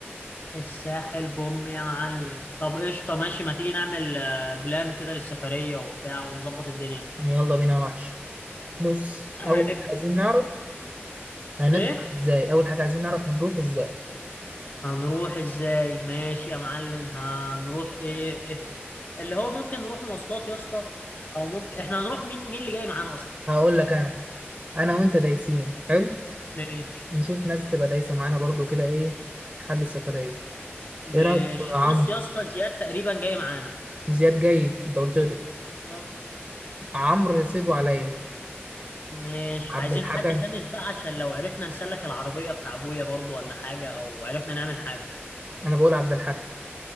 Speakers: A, on the left; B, on the right.
A: الساحل بوم يا معلم طب قشطة ماشي ما تيجي نعمل آه، بلان كده للسفرية وبتاع ونظبط الدنيا
B: يعني يلا بينا يا وحش بص
A: <clears throat> هنب...
B: أول حاجة عايزين نعرف هنطلع
A: إيه؟
B: ازاي أول حاجة عايزين نعرف هنروح ازاي
A: هنروح إزاي؟ ماشي يا معلم هنروح إيه؟ اللي هو ممكن نروح مواصلات يا اسطى أو ممكن إحنا هنروح مين مين اللي جاي معانا أصلا؟
B: هقول لك أنا أنا وأنت دايسين حلو
A: ماشي
B: نشوف ناس تبقى دايسة معانا برضو كده إيه حل السفرية
A: ماشي
B: إيه رأيك في عمرو
A: بص يا اسطى زياد تقريبا جاي معانا
B: زياد جاي أنت قلت له
A: اه
B: عمرو سيبه عليا
A: ماشي
B: عبد
A: عايزين
B: الحكم
A: حد خامس بقى عشان لو عرفنا نسلك العربية بتاع ابويا برضو ولا حاجة او عرفنا نعمل حاجة
B: أنا بقول عبد الحكم